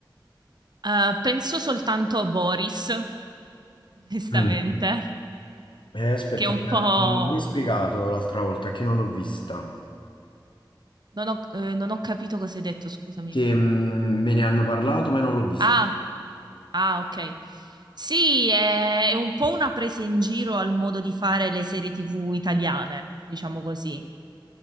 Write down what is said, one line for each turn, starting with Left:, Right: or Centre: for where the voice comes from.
Right: Eh, penso soltanto a Boris, <laughs> onestamente.
Left: Mm. Eh, aspetta,
Right: Che è un
Left: me
Right: po'...
Left: l'ho pure spiegato l'altra volta, che non l'ho vista.
Right: Non ho, eh, non ho capito cosa hai detto, scusami.
Left: Che mm, me ne hanno parlato, ma io non l'ho vista.
Right: Ah, ah, ok. Sì, è, è un po' una presa in giro al modo di fare le serie TV italiane, diciamo così,